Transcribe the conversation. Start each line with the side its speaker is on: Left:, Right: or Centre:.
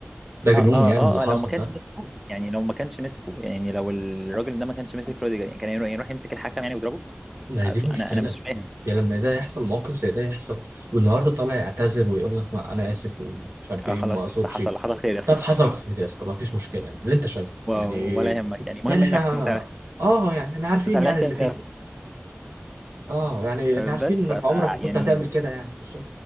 Right: ده جنون
Centre: اه اه
Right: يعني
Centre: اه
Right: اللي حصل
Centre: آه، لو ما كانش
Right: ده
Centre: مسكه يعني لو ما كانش مسكه يعني لو الراجل ده ما كانش ماسك روديجر يعني كان يروح يروح يمسك الحكم يعني ويضربه
Right: ما هي
Centre: اصلا
Right: دي المشكلة
Centre: انا انا مش فاهم
Right: يعني لما ده يحصل موقف زي ده يحصل والنهارده طالع يعتذر ويقول لك ما انا اسف ومش عارف
Centre: اه
Right: ايه
Centre: خلاص
Right: وما اقصدش
Centre: يا اسطى حصل حصل خير يا اسطى
Right: طب
Centre: <laughs>
Right: حصل خير يا اسطى ما فيش مشكلة يعني. اللي انت شايفه
Centre: و-
Right: يعني
Centre: ولا يهمك يعني المهم
Right: يعني احنا
Centre: انك ما تعمل-
Right: اه يعني احنا عارفين
Centre: ما تعملهاش
Right: يعني
Centre: تاني
Right: اللي فيه
Centre: يا اسطى.
Right: اه يعني
Centre: آه،
Right: احنا
Centre: بس
Right: عارفين
Centre: ف
Right: انك
Centre: ف-
Right: عمرك ما كنت
Centre: يعني
Right: هتعمل كده يعني بس